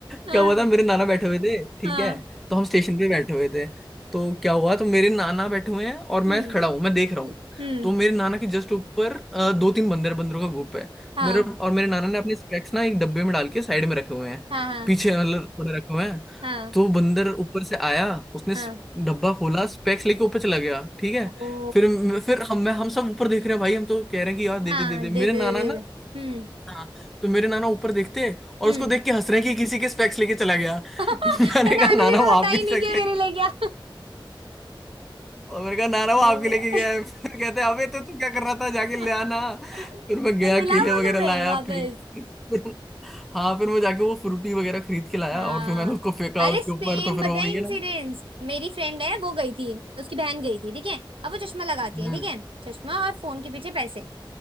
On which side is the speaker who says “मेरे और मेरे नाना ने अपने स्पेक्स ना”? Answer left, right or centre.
Centre